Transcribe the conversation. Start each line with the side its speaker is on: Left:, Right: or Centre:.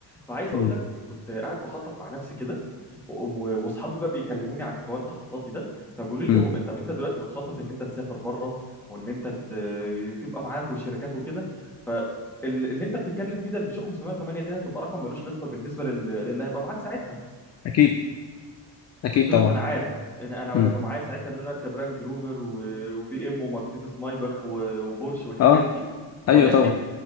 Centre: فعايز
Left: مم.
Centre: اقول لك كنت قاعد بخطط مع نفسي كده و- واصحابي بقى بيكلموني عن حوار تخطيطاتي ده فبيقولوا
Left: مم.
Centre: لي هو طب انت دلوقتي بتخطط ان انت تسافر بره وان انت ت- تبقى معاك وشركات وكده فاللي انت بتتكلم فيه ده البيجو 508 دي هتبقى رقم ملوش لازمه بالنسبه لل- للي هيبقى معاك ساعتها
Left: اكيد اكيد
Centre: قلت
Left: طبعا
Centre: لهم انا عارف انا انا
Left: مم.
Centre: هيبقى معايا ساعتها ان انا اركب رانج روفر و- وبي ام ومرسيدس مايباخ و- وبورش والحاجات
Left: اه
Centre: دي
Left: ايوه
Centre: ولكن
Left: طبعا